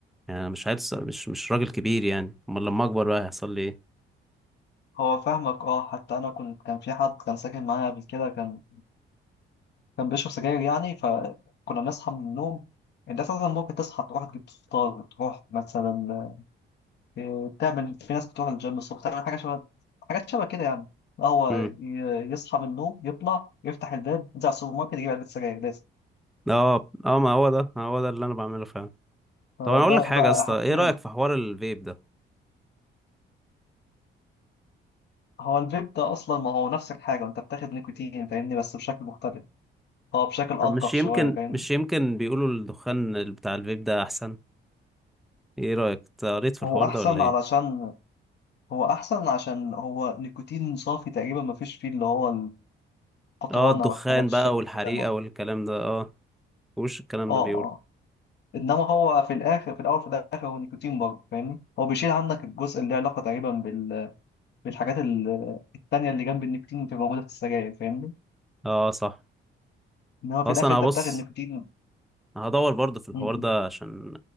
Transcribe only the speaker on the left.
هو فاهمك اه حتى انا كنت كان في حد كان ساكن معايا قبل كده كان كان بيشرب سجاير يعني فكنا بنصحى من النوم انت اساسا ممكن تصحى تروح تجيب فطار تروح مثلا إيه، تعمل في ناس بتروح الجيم الصبح تعمل حاجة شبه حاجات شبه كده يعني لا هو
ي- يصحى من النوم يطلع يفتح الباب ينزل على السوبر ماركت يجيب علبة سجاير لازم
فده
بقى
حرفيا
هو الفيب ده أصلا ما هو نفس الحاجة وأنت بتاخد نيكوتين فاهمني بس بشكل مختلف هو بشكل ألطف
شوية فاهمني
هو أحسن
علشان هو أحسن عشان هو نيكوتين صافي تقريبا ما فيش فيه اللي هو القطرانة
والحاجات الشبه
كده ما-
اه
اه انما هو في الاخر في الاول في الاخر هو نيكوتين برضه فاهمني هو بيشيل عنك الجزء اللي له علاقه تقريبا بال... بالحاجات ال- التانيه اللي جنب النيكوتين بتبقى موجوده في السجاير فاهمني
انما
في الاخر
انت
بتاخد نيكوتين
م-
م.